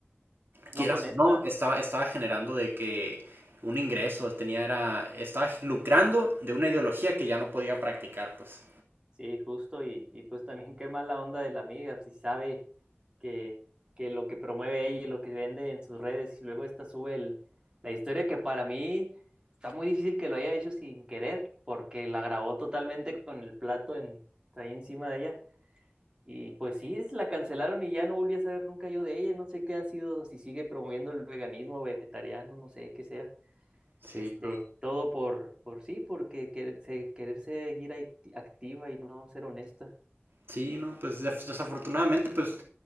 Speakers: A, on the right; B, on the right.
A: no
B: quieras
A: fue honesta.
B: o no, estaba, estaba generando de que un ingreso, tenía, era, estaba lucrando de una ideología que ya no podía practicar, pues.
A: Sí, justo, y, y pues también qué mala onda de la amiga, si sabe que, que lo que promueve ella y lo que vende en sus redes, y luego esta sube el- la historia que para mí está muy difícil que lo haya hecho sin querer, porque la grabó totalmente con el plato en, ahí encima de ella, y pues sí, es- la cancelaron y ya no volví a saber nunca yo de ella, no sé qué ha sido, si sigue promoviendo el veganismo o vegetariano, no sé qué sea.
B: Sí,
A: Este,
B: no.
A: todo por, por sí, porque querer- se- querer seguir ahí activa y no ser honesta.
B: Sí, no, pues des- desafortunadamente, pues